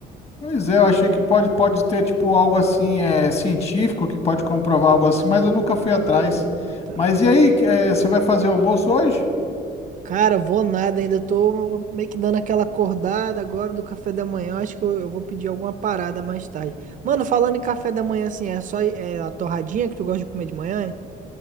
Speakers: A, on the left; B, on the right.
A: Pois é, eu achei que pode, pode ter tipo algo assim, é, científico que pode comprovar algo assim, mas eu nunca fui atrás.
B: Ah, tá.
A: Mas e aí, que- é, você vai fazer almoço hoje?
B: Cara, vou nada, ainda tô meio que dando aquela acordada agora do café da manhã. Acho que eu, eu vou pedir alguma parada mais tarde. Mano, falando em café da manhã, assim, é só é a torradinha que tu gosta de comer de manhã, é?